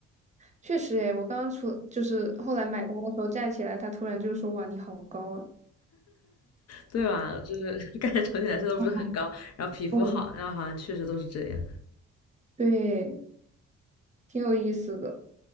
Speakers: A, on the right (about 25°); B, on the left (about 55°).
A: 确实诶，我刚刚出就是后来买单的时候站起来，他突然就说：“哇，你好高啊！”
B: 对吧？<laughs> 就是感觉重庆男生都不是很高，
A: 哦，
B: 然后皮肤好，
A: 哦
B: 然后好像确实都是这样。
A: 对，挺有意思的。